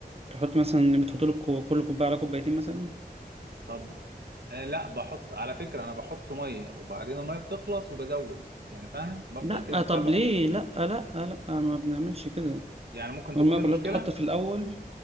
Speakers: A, on the right; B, on the right.
A: تحط مثلا بتحط له كو- كل كوبايه على كوبايتين مثلا
B: طب آه لا بحط على فكره انا بحط ميه وبعدين الميه بتخلص وبزود يعني فاهم بفضل
A: لا
B: كده متابعه
A: طب ليه لا لا لا ما بنعملش كده
B: يعني ممكن تكون
A: الميه
B: دي
A: كلها
B: المشكله
A: بتتحط في الاول